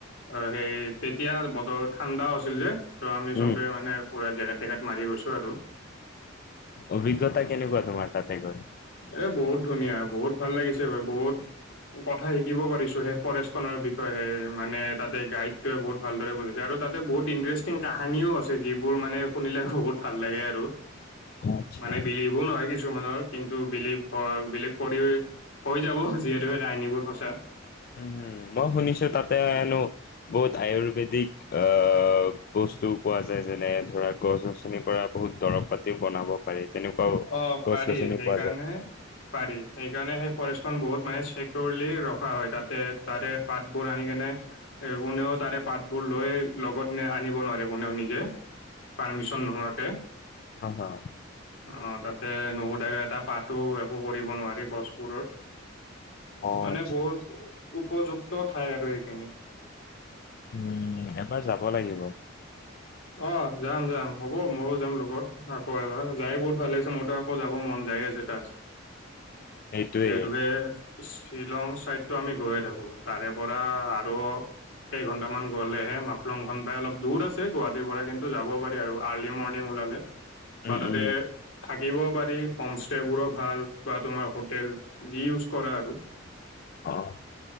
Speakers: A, on the left; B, on the left.
A: অ', হেই তেতিয়া বতৰত ঠাণ্ডাওঁ আছিল যে, ত' আমি চবে
B: উম
A: মানে পুৰা জেকেট-টেকেত মাৰি গৈছো আৰু।
B: অভিজ্ঞতা কেনেকুৱা তোমাৰ তাতে গৈ?
A: এ বহুত ধুনীয়া, বহুত ভাল লাগিছে গৈ, বহুত - কথা শিকিব পাৰিছো সেই ফৰেষ্ট খনৰ বিষয়ে মানে তাতে গাইড টোৱে বহুত ভালদৰে <unintelligible> আৰু তাতে বহুত ইন্টাৰেষ্টিং কাহানিও আছে। যিবোৰ মানে শুনিলে বহুত ভাল লাগে আৰু।
B: আচ্ছা
A: মানে বিলীভো নহয় কিছুমানৰ কিন্তু বিলিফ অ, বিলিফ কৰি, হৈ যাব যিহেতু সেই কাহিনীবোৰ সঁচা।
B: উ, উ মই শুনিছো তাতে হেনো বহুত আয়ৰৰ্বেদিক আহ, বহু বস্তুও পোৱা যায়, যেনে ধৰা গছ-গছনিৰ পৰা বহুত দৰব পাতিও বনাব পাৰি। তেনেকুৱাও
A: অ
B: গছ
A: পাৰি,
B: গছনি
A: সেইকাৰণেহে
B: পোৱা যায়।
A: পাৰি, সেইকাৰণেহে ফৰেষ্ট খন বহুত মানে চিকীয়ৰ্লি ৰখা হয়, তাতে তাৰে পাতবোৰ আনি কেনে এ কোনেও তাৰে পাতবোৰ লৈ লগত নে আনিব নোৱাৰে কোনেও নিজে পাৰমিচন নোহোৱাকে।
B: অ', অ',
A: অ তাতে নুশুধাকে এটা পাতো একো কৰিব নোৱাৰি গছবোৰত।
B: অ',
A: মানে
B: আচ্ছা
A: বহুত
B: আচ্ছা
A: উপযুক্ত ঠাই আৰু সেইখিনি।
B: উম এবাৰ যাব লাগিব।
A: অ, যাম - যাম হ'ব ময়ো যাম লগত আকৌ এবাৰ, যাই বহুত ভাল লাগিছে মোৰতো আকৌ যাব মন জাই আছে তাছ
B: সেইটোৱে
A: যিহেতুকে শ্বিলং চাইডতটো আমি গৈয়ে থাকো। তাৰে পৰা আৰু কেই ঘন্টামান গ'লেহে মাফলং খন পাই অলপ দূৰ আছে গুৱ টিৰ পৰা। কিন্তু যাব পাৰি আৰু আৰলি মৰলি উলালে।
B: উম,
A: বা ততে
B: উম,
A: থা দিব পাৰি। হোমষ্টেবোৰো ভাল বা তোমাৰ হোটেল যি ইউজ কৰা আৰু।
B: অ',